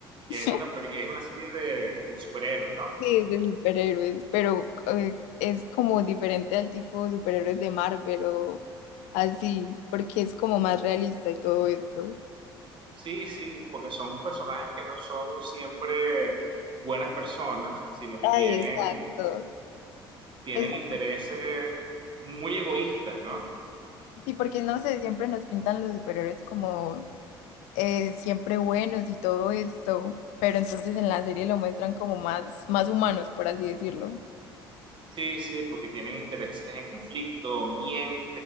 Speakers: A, on the right (about 40°); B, on the left (about 60°).
A: Que
B: <laughs>
A: es una, peli- es una serie de, de superhéroes, ¿no?
B: Sí, de superhéroes, pero eh, es como diferente al tipo de superhéroes de Marvel o así, porque es como más realista y todo esto.
A: Sí, sí, porque son personajes que no son siempre buenas personas, sino que
B: Ay,
A: tienen,
B: exacto,
A: tienen
B: exacto.
A: intereses muy egoístas, ¿no?
B: Sí, porque no sé, siempre nos pintan los superhéroes como eh, siempre buenos y todo esto, pero entonces en la serie lo muestran como más, más humanos, por así decirlo.
A: Sí, sí, porque tienen intereses en conflicto, mienten,